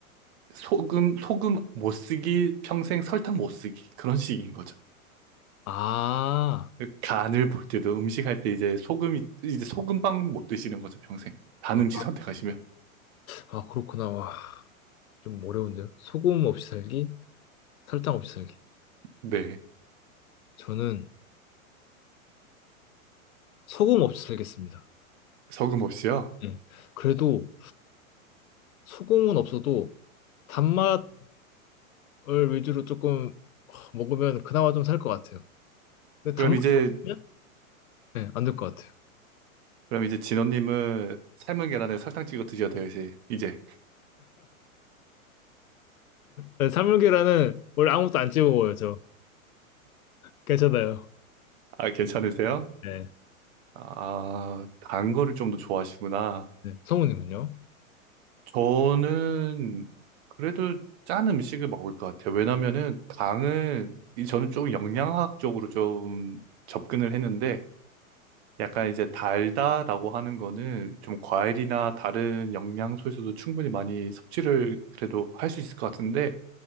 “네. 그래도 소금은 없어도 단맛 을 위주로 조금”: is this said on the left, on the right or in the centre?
Left